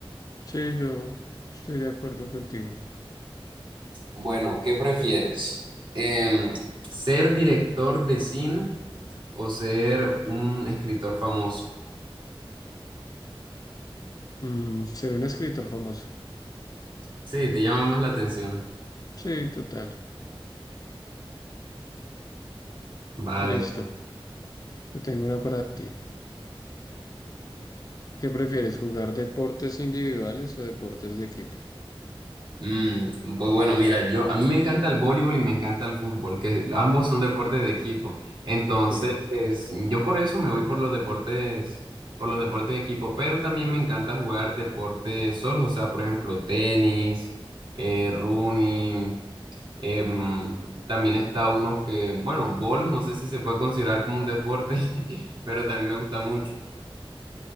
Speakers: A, on the left (about 40°); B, on the right (about 55°).
A: sí, yo estoy de acuerdo contigo.
B: Bueno, ¿qué prefieres? Em, ¿ser director de cine o ser un escritor famoso?
A: Mm, ser un escritor famoso.
B: Sí, te llama más la atención.
A: Sí, total.
B: Vale.
A: Listo. Yo tengo una para ti. ¿Qué prefieres? ¿Jugar deportes individuales o deportes de equipo?
B: Mm, pues bueno, mira, yo a mí me encanta el voleibol y me encanta el fútbol, que ambos son deportes de equipo. Entonces,
A: Sí,
B: pues, yo por eso me voy por los deportes, por los deportes de equipo, pero también me encanta jugar deportes solos, o sea, por ejemplo, tenis, eh, running, em, también está uno que, bueno, bolos, no sé si se puede considerar como un deporte, <laughs> pero también me gusta mucho.